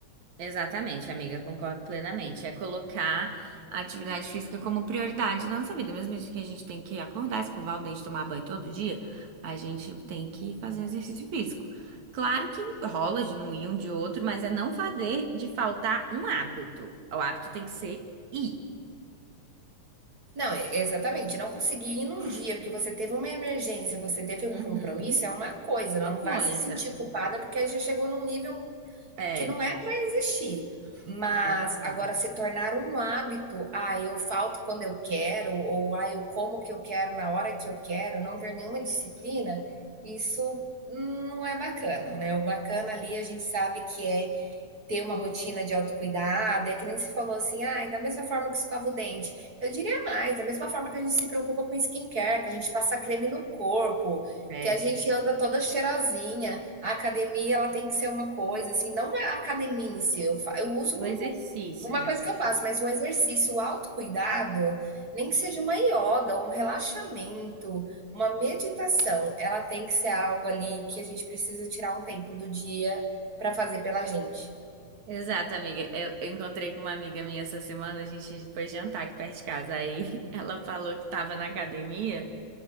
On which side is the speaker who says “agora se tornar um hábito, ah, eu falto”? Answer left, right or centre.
Right